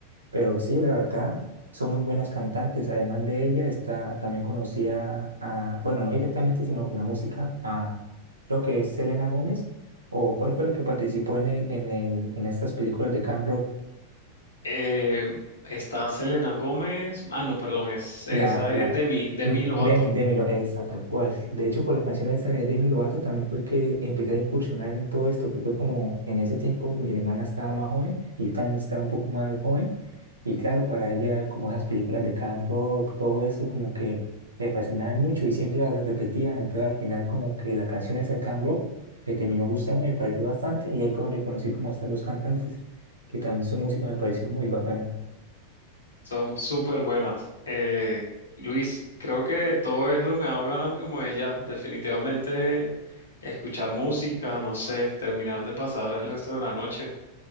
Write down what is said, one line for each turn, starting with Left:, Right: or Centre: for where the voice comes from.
Right: Pero sí, la verdad, son muy buenas cantantes. Además de ella, está, también conocía a, bueno, no directamente, sino la música, a, creo que es Selena Gómez, o cuál fue la que participó en el, en el, en estas películas de Camp
Left: Eh, está Selena Gómez. Ah, no, perdón, es, esa
Right: La, la,
Left: es Demi, Demi
Right: mm,
Left: Lovato.
Right: Demi, Demi, Lo- esa, tal cual. De hecho, por la canción esa de Demi Lovato también fue que empecé a incursionar en todo esto, que fue como en ese tiempo mi hermana estaba más joven y yo también estaba un poco más joven. Y claro, para ella, como esas películas de Camp Rock, todo eso, como que le fascinaban mucho y siempre las repetía. Entonces, al final, como que la canción esa de Camp Rock me terminó gustando y me pareció bastante. Y ahí fue donde conocí como a estas dos cantantes, que también su música me pareció muy bacana.
Left: Son súper buenas. Eh, Luis, creo que todo eso me ha dado ganas como ella, definitivamente escuchar música, no sé, terminar de pasar el resto de la noche.